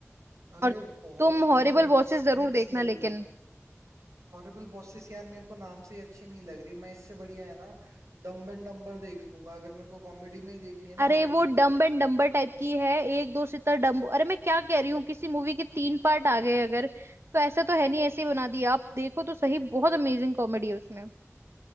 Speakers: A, on the right; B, on the right.
A: अरे
B: और
A: बहुत
B: तुम हॉरिबल
A: ही
B: बॉसेस जरूर
A: नेक्स्ट
B: देखना
A: लेवल
B: लेकिन
A: है हॉरिबल बॉसेस यार मेरे को नाम से ही अच्छी नहीं लग रही मैं इससे बढ़िया है ना डम्ब एंड डम्बर देख लूंगा अगर मेरे को कॉमेडी में ही देखनी है ना
B: अरे
A: हॉलीवुड
B: वो डम्ब
A: में
B: एंड डम्बर टाइप की है एक दो सितर डम्ब अरे मैं क्या कह रही हूँ किसी मूवी के तीन पार्ट आ गए अगर तो ऐसा तो है नहीं ऐसे ही बना दिया आप देखो तो सही बहुत अमेजिंग कॉमेडी है उसमें